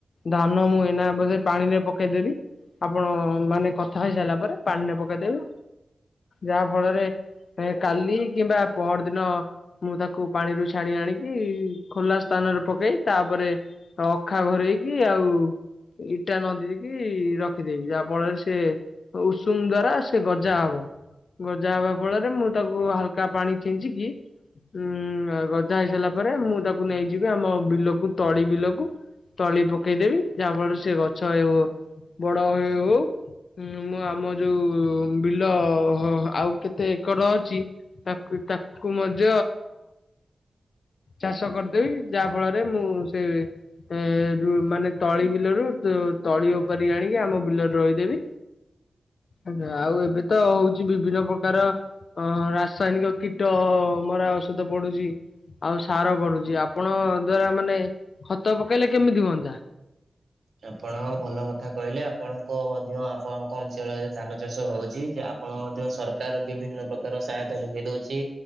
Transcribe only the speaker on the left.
ଧାନ ମୁଁ ଏନା ବୋଧେ ପାଣିରେ ପକେଇଦେବି ଆପଣ ମାନେ କଥା ହେଇ ସାରିଲା ପରେ ପାଣି ପକେଇଦେବି ଯାହା ଫଳରେ କାଲି କିମ୍ବା ପହର ଦିନ ମୁଁ ତାକୁ ପାଣିରୁ ଛାଣି ଆଣିକି ଖୋଲା ସ୍ଥାନରେ ପକେଇ ତାପରେ ରେ ଅଖା ଘରେଇକି ଆଉ ଇଟା ନଦି କିି ରଖିଦେବି ଯାହା ଫଳରେ ସେ ଉଷୁମ ଦ୍ଵାରା ସେ ଗଜା ହବ । ଗଜା ହେବା ଫଳରେ ମୁଁ ତାକୁ ହାଲକା ପାଣି ଛିଞ୍ଚିକି ଉଁ ଗଜା ହେଇସାରିଲା ପରେ ମୁଁ ତାକୁ ନେଇଯିବି ଆମ ବିଲକୁ ତଳି ବିଲକୁ ତଳି ପକେଇଦେବି ଯାହା ଫଳରେ ସେ ଗଛ ବଡ ହେଉ ହେଉ ହୁଁ ମୁଁ ଆମ ଯୋଉ ବିଲ ଆଉ କେତେ ଏକର ଅଛି ତାକୁ ତାକୁ ମଜ ଚାଷ କରିଦେବି ଯାହା ଫଳରେ ମୁଁ ସେ ଏ ମାନେ ତଳି ବିଲରୁ ତଳି ଉପାରି ଆଣିକି ଆମ ବିଲରେ ରୋଇଦେବି ଆଜ୍ଞା ଆଉ ଏବେ ତ ହଉଛି ବିଭିନ୍ନ ପ୍ରକାର ଅ ରା ରାସାୟନିକ କୀଟ ମରା ଔଷଧ ପଡୁଛି ଆଉ ସାର ପଡୁଛି ଆପଣ ଦ୍ଵାରା ମାନେ ଖତ ପକେଇଲେ କେମିତି ହୁଅନ୍ତା।